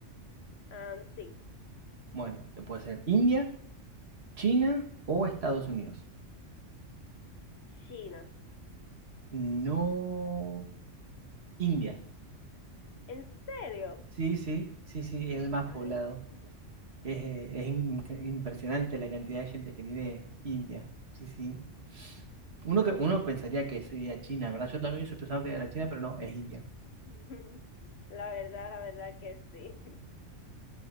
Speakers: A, on the left; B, on the right.
A: Ah, sí,
B: Bueno, te puede ser India, China o Estados Unidos.
A: China.
B: No, India.
A: ¿En serio?
B: Sí, sí, sí, sí, el más poblado.
A: Ay, Dios
B: Es, eh, es in- impresionante la cantidad de gente que tiene India. Sí, sí. Uno que uno pensaría que sería China, ¿verdad? Yo también hubiese pensado que era China, pero no, es India.
A: mío. <laughs> La verdad, la verdad que sí.